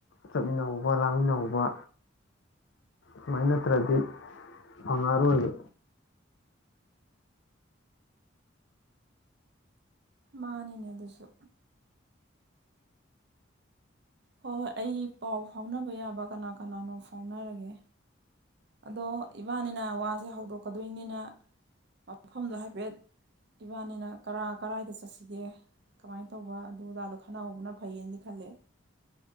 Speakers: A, on the left; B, on the right.
A: ꯆꯠꯃꯤꯟꯅꯍꯧꯕ ꯂꯥꯡꯃꯤꯟꯅꯍꯧꯕ ꯁꯨꯃꯥꯏꯅ ꯅꯠꯇ꯭ꯔꯗꯤ ꯐꯪꯉꯔꯣꯏꯕ
B: ꯃꯥꯅꯤꯅꯦ ꯑꯗꯨꯁꯨ ꯍꯣꯏ ꯍꯣꯏ ꯑꯩ ꯄꯥꯎ ꯐꯥꯎꯅꯕ ꯌꯥꯕ ꯀꯅꯥ ꯀꯅꯥꯅꯣ ꯐꯥꯎꯅꯔꯒꯦ ꯑꯗꯣ ꯏꯕꯥꯟꯅꯤꯅ ꯋꯥꯁꯦ ꯍꯧꯗꯣꯛꯀꯗꯣꯏꯅꯤꯅ ꯃꯐꯝꯗꯣ ꯍꯥꯏꯐꯦꯠ ꯏꯕꯥꯟꯅꯤꯅ ꯀꯔꯥꯏ ꯀꯔꯥꯏꯗ ꯆꯠꯁꯤꯒꯦ ꯀꯃꯥꯏ ꯇꯧꯕ ꯑꯗꯨ ꯑꯗꯥꯗꯣ ꯈꯟꯅꯍꯧꯕꯅ ꯐꯩꯌꯦꯗꯤ ꯈꯜꯂꯦ